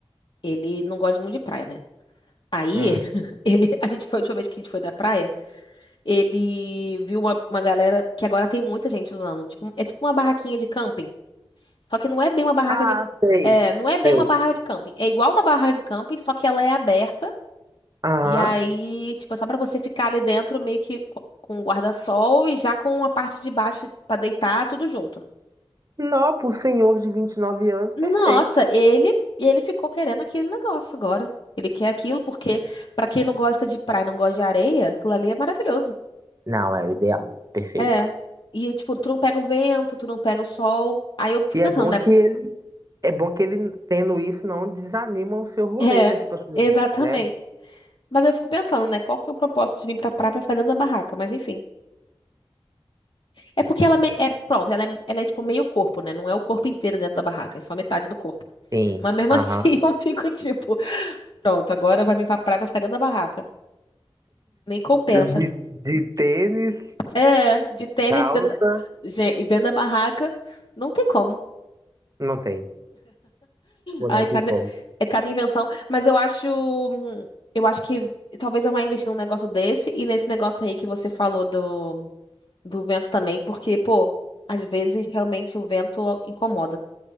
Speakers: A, on the left; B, on the right.
A: ele não gosta muito de praia, né? Aí,
B: Hum.
A: <laughs> ele, a gente foi, a última vez que a gente foi na praia. Ele viu uma, uma galera que agora tem muita gente usando. Tipo, é tipo uma barraquinha de camping. Só que não é bem uma barraca
B: Ah,
A: de.
B: sei,
A: É, não é bem
B: sei.
A: uma barraca de camping. É igual uma barraca de camping, só que ela é aberta.
B: Aham.
A: E aí, tipo, é só pra você ficar ali dentro meio que co- com o guarda-sol e já com a parte de baixo pra deitar, tudo junto.
B: Não, pro senhor de 29 anos, perfeito.
A: Nossa, ele ele ficou querendo aquele negócio agora. Ele quer aquilo porque pra quem não gosta de praia, não gosta de areia, aquilo ali é maravilhoso.
B: Não, é o ideal. Perfeito.
A: É. E, tipo, tu não pega o vento, tu não pega o sol. Aí eu fico
B: E
A: pensando,
B: é bom
A: né?
B: que ele, é bom que ele tendo isso não desanima o seu rolê,
A: É,
B: né? Tipo assim,
A: exatamente.
B: né?
A: Mas eu fico pensando, né? Qual que é o propósito de vir pra praia pra ficar dentro da barraca? Mas enfim. É porque ela é me- é, pronto, ela é, ela é tipo meio corpo, né? Não é o corpo inteiro dentro da barraca, é só metade do corpo.
B: Sim.
A: Mas mesmo
B: Aham.
A: <laughs> assim eu fico tipo, pronto, agora vai vir pra praia pra ficar dentro da barraca. Nem compensa.
B: De, de tênis,
A: É, de tênis
B: calça,
A: dentro da... Gente, e dentro da barraca, não tem como.
B: não tem. Pô,
A: Ai,
B: não
A: cada,
B: tem como.
A: é cada invenção. Mas eu acho, hum, eu acho que talvez eu vá investir num negócio desse e nesse negócio aí que você falou do, do vento também, porque, pô, às vezes realmente o vento incomoda.